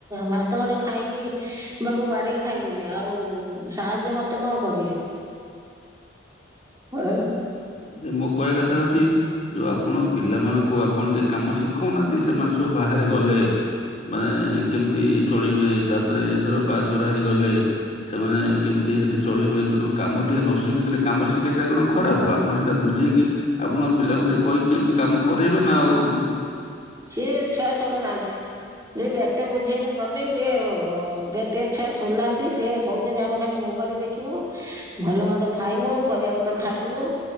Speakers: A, on the right; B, on the left.
A: ଭାତ ଗଣ୍ଡେ ଖାଇକି। ବାକୁ ବାଢିକି ଖାଇବେନି ଆଉ ସାହାଯ୍ୟ ମତେ କଣ କରିବେ?
B: ହୁଁ
A: ଆଉ।
B: ଯେ ମୋ କହିବା କଥା ହଉଛି ଯୋଉ ଆପଣ ପିଲାମାନଙ୍କୁ ଆପଣ ଟିକେ କାମ ଶି ଖଉନାହାନ୍ତି ସେମାନେ ସବୁ ବାହାରେ ଗଲେ ମାନେ। କେମିତି ଚଳିବେ ତାପରେ ଧର ବାହା ଚୋରା ହେଇ ଗଲେ। ସେମାନେ କେମିତି ସେଠି ଚଳିବେ ତେଣୁ କାମ ଟିକେ ନ ଶିଖିଥିଲେ କାମ ଶିଖିବାଟା କଣ ଖରାପ ଆ ଆପଣ ସେଇଟା ବୁଝେଇକି ଆପଣ ପିଲାଙ୍କୁ ଟିକେ କହିକି କେମିତି କାମ କରେଇବେ ନା ଆଉ।
A: ସିଏ ଛୁଆ ଶୁଣୁ ନାହାନ୍ତି। ସିଏ ଯେତେ ବୁଝେଇନେ କନେ ସିଏ ଅ ଅଜାତିଆ ଛୁଆ ଶୁଣୁ ନାହାନ୍ତି ସେ। କହୁଛନ୍ତି ଆମେ ଖାଲି ମୋବାଇଲ ଦେଖିମୁ ଭଲ ମନ୍ଦ ଖାଇମୁ ପରିବାପତ ଖାଇବୁନୁ।